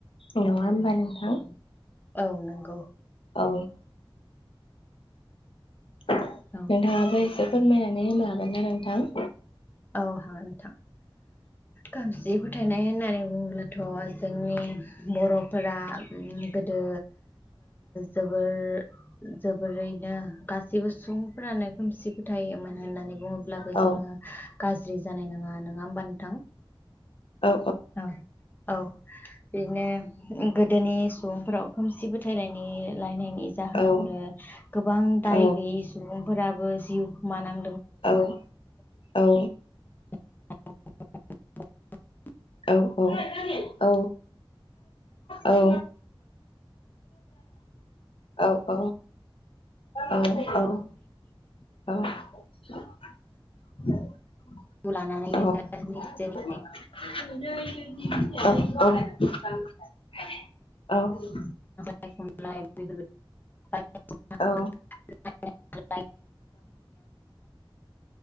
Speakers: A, on the left; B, on the left.
A: नङा होमबा नोंथां?
B: औ नंगौ।
A: औ। नोंथाङाबो
B: औ
A: फोरमायनानै होनो हागोन ना नोंथां?
B: औ हागोन नोंथां खोमसि फोथायनाय होननानै बुङोब्लाथ' जोंनि बर'फोरा गोदो जोबोर जोबोरै बिदिनो गासैबो सुबुंफ्रानो खोमसि फोथायोमोन होननानै बुङोब्लाबो
A: औ
B: जोङो गाज्रि जानाय नङा नङा होमबा नोंथां
A: औ
B: औ औ। बिदिनो गोदोनि सुबुंफोराव खोमसिबो लायनायनि जाहोनावनो
A: औ
B: गोबां दाय
A: औ
B: गैयै सुबुंफोराबो जिउमानां
A: औ। औ।
B: <unintelligible>
A: औ औ औ औ। औ औ। औ औ औ। औ
B: लानानैनो निजेनि
A: औ औ औ।
B: <unintelligible>
A: औ।
B: <unintelligible>